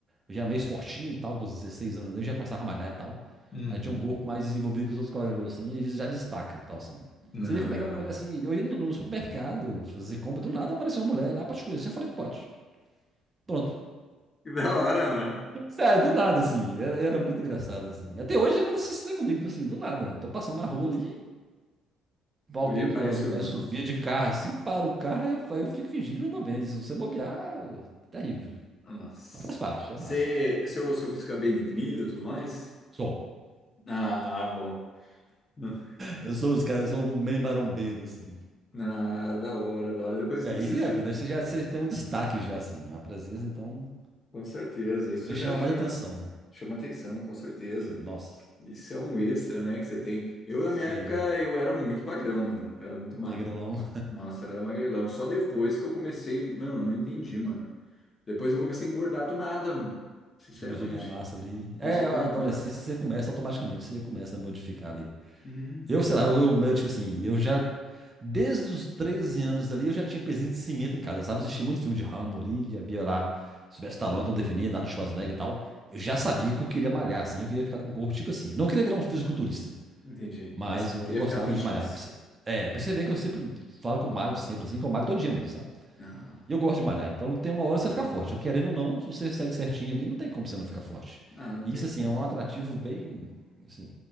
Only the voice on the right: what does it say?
eu já era meio fortinho e tal, com os 16 anos, né, eu já começava a malhar e tal.
Aí tinha um corpo mais desenvolvido que os outros colegas meus, assim, e eles já destacam e tal, assim.
Você vê que eu pegava a mulher assim, eu ia no no supermercado fazer compra, do nada apareceu uma mulher lá pra te conhecer. Eu falei, pode. Pronto.
Sério, do nada, assim. Era, era muito engraçado, assim. Até hoje acontece isso né, comigo, assim, do nada. Tô passando na rua ali, alguém
das mulheres
subia de carro, assim, para o carro, aí eu, aí eu fico fingindo que não tô vendo. Se você bobear, é terrível.
Mas faz parte, é
massa.
Sou.
Eu sou os caras, eu sou um meio marombeiro, assim.
E
aí
você já
viu, né? Você já você tem um destaque já, assim. A presença, então,
já chama
mais atenção.
Chama, nossa,
sem
magrelão,
<laughs>
começou a ganhar massa ali. É,
a
adolescência,
você começa automaticamente, você começa a modificar ali.
Eu, sei
lá, eu, eu, tipo assim, eu já. Desde os 13 anos ali, eu já tinha pezinho de cimento em casa, sabe? eu Assisti muito filme de Rambo ali, já via lá Sylvester Stallone, todo definido, Arnold Schwarzenegger e tal. Eu já sabia que eu queria malhar, assim, eu queria ficar com o corpo, tipo assim. Eu não queria virar um fisiculturista,
mas
eu,
eu gostava
de malhar. Pra você- É, pra você ver que eu sempre falo que eu malho sempre, assim, que eu malho todo dia mesmo, sabe?
E eu gosto de malhar, então tem uma hora que você vai ficar forte. Eu querendo ou não, se você segue certinho ali, não tem como você não ficar forte.
E
isso, assim,
é um
atrativo bem, assim...